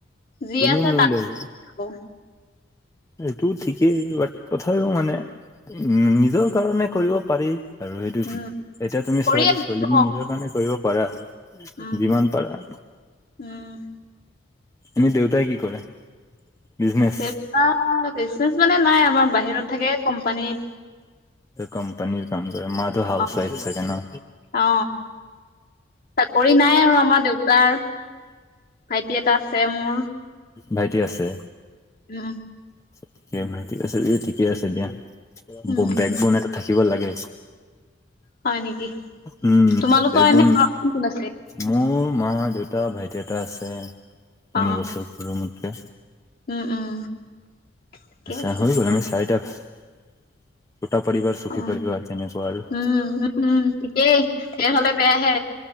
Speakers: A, on the left (about 50°); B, on the left (about 15°).
A: যি
B: কোনো
A: আছে
B: নলে
A: তাৰ
B: এইটো ঠিকেই বাট তথাপিও মানে উম নিজৰ কাৰণে কৰিব পাৰি আৰু সেইটো
A: উম
B: কি এতিয়া তুমি
A: কৰিয়ে
B: ছোৱালী
A: ন।
B: ছোৱালী নিজৰ কাৰণে কৰিব পাৰা আৰু
A: উম
B: যিমান পাৰা
A: উম
B: এনেই দেউতাই কি কৰে বিজনেচ
A: দেউতা বিজনেজ মানে নাই আমাৰ বাহিৰত থাকে কোম্পানীত
B: কোম্পানী কাম কৰে মাটো হাউচবাইফ
A: অ
B: চাগে ন <inaudible>
A: অ চাকৰি নাই আৰু আমাৰ দেউতাৰ। ভাইটি এটা আছে মোৰ।
B: ভাইটি আছে?
A: উম।
B: তাকে ভাই ঠিক আছে দিয়া।
A: উম
B: বেগবন এটা থাকিব লাগে।
A: হয় নেকি
B: উম,
A: তোমালোকৰ
B: বেগবন।
A: এনে ঘৰত কোন আছে?
B: মোৰ মা, দেউতা, ভাইটি এটা আছে তিনি
A: অ
B: বছৰ সৰু মুতকে।
A: উম উম ঠিকে আছে
B: আ, হৈ গ'ল আমি চাৰিটা ছুটা পৰিবাৰ ছোখী
A: অ
B: পৰিবাৰ কেনেকুৱা আৰু।
A: উম উম উম ঠিকেই ধেৰ হলে বেয়াহে